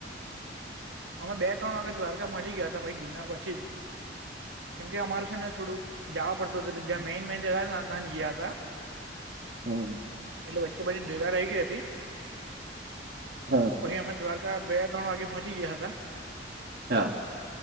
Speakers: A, on the right (about 75°); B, on the right (about 55°).
A: અમે બે ત્રણ વાગે દ્વારકા મ જ ગયા હતા પછ ગિરનાર પછી જ કેમકે અમારું છે ને થોડુંક જવા પડતું હતું જ્યાં મેન મેન જગા ત ગયા હતા.
B: હમ
A: એટલે વચ્ચે બચી ભેગા રઈ ગઈ હતી.
B: હ
A: પછી અમે દ્વારકા બે ત્રણ વાગે પહોંચી ગયા હતા.
B: હા